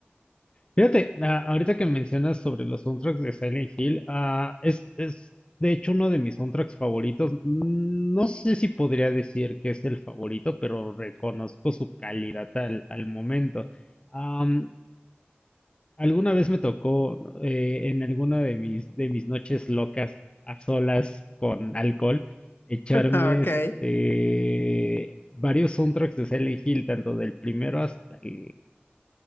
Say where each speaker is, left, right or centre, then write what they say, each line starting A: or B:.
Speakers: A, on the left; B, on the left.
A: Fíjate, ah, ahorita que mencionas sobre los soundtracks de Silent Hill, ah, es, es de hecho uno de mis soundtracks favoritos. Mm, No sé si podría decir que es el favorito, pero reconozco su calidad al, al momento. Am, alguna vez me tocó eh, en alguna de mis, de mis noches locas a solas con alcohol echarme
B: <laughs> Ah, Ok.
A: este, varios soundtracks de Silent Hill, tanto del primero hasta el